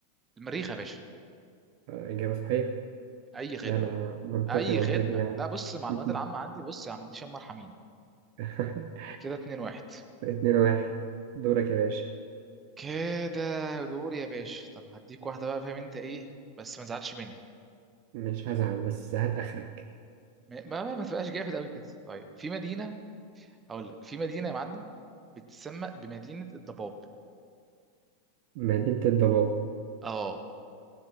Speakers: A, on the right; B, on the right.
A: المريخ يا باشا
B: اجابة صحيحة
A: اي خدمه
B: لا لا منطقي
A: اي
B: منطقي
A: خدمه
B: يعني
A: لا بص المعلومات
B: <laughs>
A: العامه عندي بص ما عنديش هم مرحمين
B: <laughs>
A: كده اتنين واحد
B: اتنين واحد دورك يا باشا
A: كده دور يا باشا طب هديك واحده بقى فاهم انت ايه بس ما تزعلش مني
B: مش هزعل بس هات آخرك
A: ما ما, ما تبقاش جامد قوي كده طيب في مدينه اقول لك في مدينه يا معلم بتسمى بمدينه الضباب
B: مدينة الضباب
A: اه